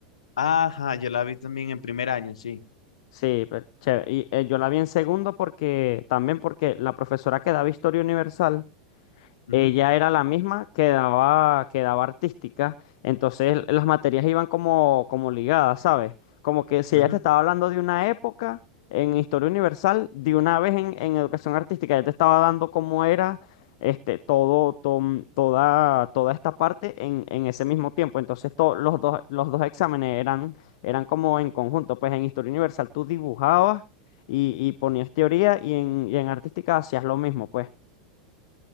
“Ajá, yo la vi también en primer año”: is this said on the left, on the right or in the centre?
Left